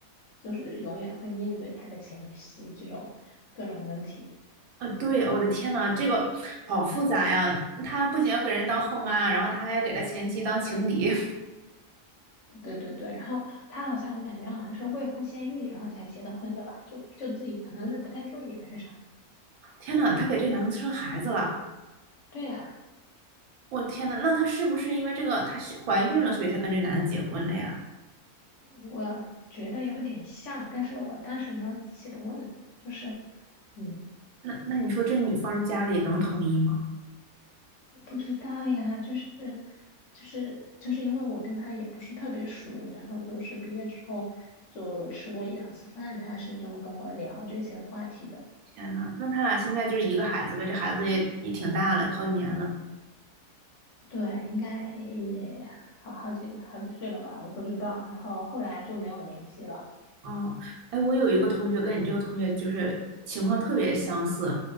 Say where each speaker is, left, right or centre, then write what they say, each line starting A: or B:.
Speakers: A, on the left; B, on the right.
A: 就是永远会面对他的前妻这种各种问题。
B: 啊，对，我的天呐，这个好复杂呀！她不仅要给人当后妈，然后她还要给她前妻当情敌。
A: 对对对，然后他好像我感觉好像是未婚先孕，然后才结的婚的吧，就就自己可能是不太注意还是啥。
B: <laughs> 天呐，她给这男的生孩子了！
A: 对啊，
B: 我天呐，那她是不是因为这个她是怀孕了，所以才跟这男的结婚了呀？
A: 我觉得有点像，但是我当时没有仔细的问，就是嗯，
B: 那那你说这女方的家里能同意吗？
A: 我不知道呀，就是就是就是因为我跟他也不是特别熟，然后就是毕业之后就吃过一两次饭，他是这么跟我聊这些话题的。
B: 天呐，那他俩现在就是一个孩子呗，这孩子也也挺大了，好几年了。
A: 对，应该也好好几好几岁了吧，我不知道。然后后来就没有联系了。
B: 哦，哎，我有一个同学跟你这个同学就是情况特别相似，